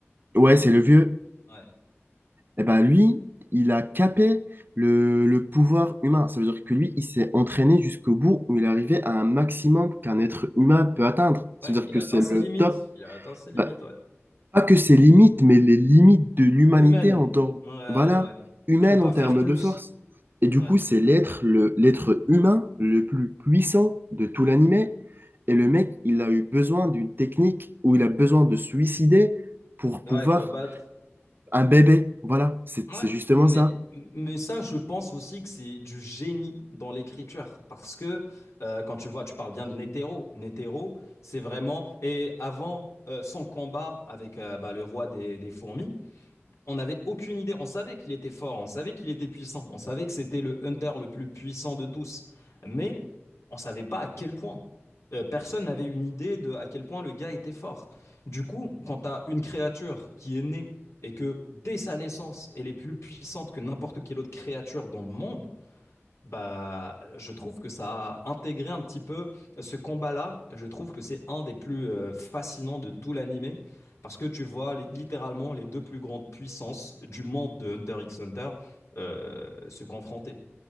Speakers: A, on the right (about 45°); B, on the left (about 85°).
A: ouais, c'est le vieux,
B: Ouais.
A: eh ben lui, il a capé le, le pouvoir humain. Ça veut dire que lui, il s'est entraîné jusqu'au bout où il est arrivé à un maximum qu'un être humain peut atteindre. Ça
B: Ouais,
A: veut dire
B: il
A: que
B: a
A: c'est
B: atteint ses
A: le
B: limites.
A: top,
B: Il a atteint ses limites,
A: bah,
B: ouais.
A: pas que ses limites, mais les limites de l'humanité
B: Humaine.
A: en termes,
B: Ouais, ouais,
A: voilà,
B: ouais.
A: humaine
B: Tu peux pas
A: en termes
B: faire plus.
A: de force. Et du
B: Ouais,
A: coup,
B: tu
A: c'est
B: peux...
A: l'être, le, l'être humain le plus puissant de tout l'animé. Et le mec, il a eu besoin d'une technique où il a besoin de suicider pour pouvoir
B: Ouais, pour battre...
A: un bébé. Voilà, c'est
B: Ouais,
A: c'est justement
B: mais,
A: ça.
B: mais ça, je pense aussi que c'est du génie dans l'écriture. Parce que euh, quand tu vois, tu parles bien de Netero. Netero, c'est vraiment. Et avant euh, son combat avec euh, bah, le roi des, des fourmis, on n'avait aucune idée. On savait qu'il était fort, on savait qu'il était puissant, on savait que c'était le hunter le plus puissant de tous, mais on savait pas à quel point. Euh, personne n'avait une idée de à quel point le gars était fort. Du coup, quand tu as une créature qui est née et que dès sa naissance, elle est plus puissante que n'importe quelle autre créature dans le monde, bah, je trouve que ça a intégré un petit peu ce combat-là. Je trouve que c'est un des plus euh, fascinants de tout l'animé parce que tu vois li- littéralement les deux plus grandes puissances du monde de Hunter x Hunter euh, se confronter.